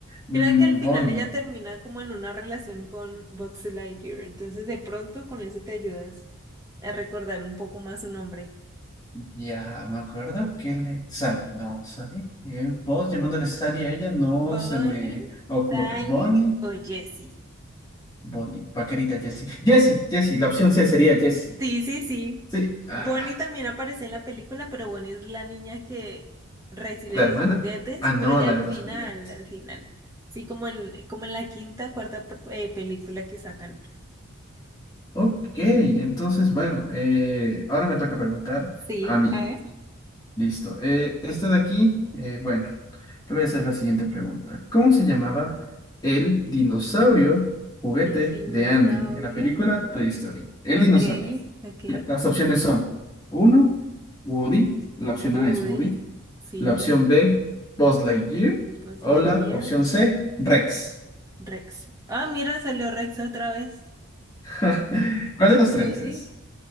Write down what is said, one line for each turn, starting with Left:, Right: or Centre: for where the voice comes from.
Left: mm,
Right: Creo que al final
Left: Bonnie.
Right: ella termina como en una relación con Box Lightyear, entonces de pronto con eso te ayudas a recordar un poco más su nombre.
Left: Ya, me acuerdo que le... Sally, no, Sally. Eh, vos llamándole Sally a ella no
Right: Bonnie,
Left: se me ocurre.
Right: Sally
Left: Bonnie,
Right: o Jessie.
Left: Bonnie, paquerita Jessie. Jessie, Jessie, la opción C sería Jessie.
Right: Sí, sí, sí.
Left: Sí, ah,
Right: Bonnie también aparece en la película, pero Bonnie es la niña que recibe
Left: <laughs> la
Right: los
Left: hermana.
Right: juguetes,
Left: Ah, no,
Right: pero ya
Left: la
Right: al
Left: de los
Right: final,
Left: juguetes.
Right: al final. Sí, como en, como en la quinta, cuarta eh, película que sacan.
Left: Ok, entonces, bueno, eh, ahora me toca preguntar
Right: Sí,
Left: a mí.
Right: a ver.
Left: Listo. Eh, esta de aquí, eh, bueno, te voy a hacer la siguiente pregunta. ¿Cómo se llamaba el dinosaurio juguete
Right: El dinosaurio.
Left: de Andy en la película Toy Story? El
Right: Ok,
Left: dinosaurio.
Right: ok.
Left: Las opciones son uno, Woody. La opción
Right: Woody,
Left: A es Woody.
Right: sí.
Left: La opción B, Buzz Lightyear.
Right: Buzz
Left: O
Right: Lightyear.
Left: la opción C, Rex.
Right: Rex. Ah, mira, salió Rex otra vez.
Left: <laughs> ¿Cuál
Right: Woody,
Left: de los tres es?